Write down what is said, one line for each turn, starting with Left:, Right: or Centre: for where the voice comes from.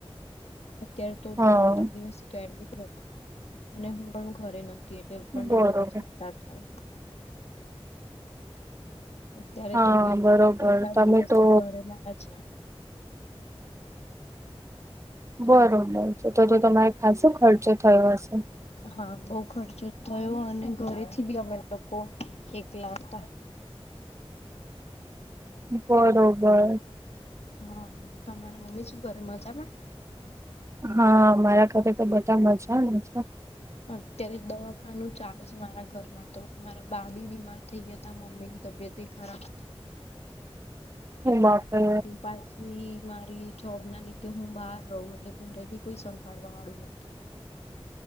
Left: અત્યારે તો
Right: હા
Left: ત્રણ ચાર દિવસીથી એડમિટ અને હું પણ ઘરે નથી. કે એટલે આપણને
Right: બરોબર
Left: વધુ ચિંતા થાય. અત્યારે
Right: હા
Left: તો બી
Right: બરોબર
Left: એકાદ
Right: તમે
Left: દિવસથી
Right: તો
Left: ઘરે લાયા છે.
Right: બરોબર
Left: અત્યારે
Right: છે તો
Left: હા
Right: જો તમારે ખાસો ખર્ચો થયો હશે.
Left: હા બહુ ખર્ચો થયો અને ઘરેથી બી અમે લોકો એક લા હતા <inaudible>
Right: બરોબર
Left: હા તમારા મમ્મી શું કરે મજામાં?
Right: હા મારા ઘરે તો બધા મજામાં છે
Left: અત્યારે દવાખાનું ચાલે છે મારા ઘરમાં તો મારા બા બી બીમાર થઈ ગ્યા તા મમ્મી ની તબિયત બી ખરાબ <unintelligible>
Right: ઓ બાપરે
Left: એ મારી જોબ ના લીધે હું બહાર રહું એટલે ઘરે બી કોઈ સંભાળવા વાળું નતું.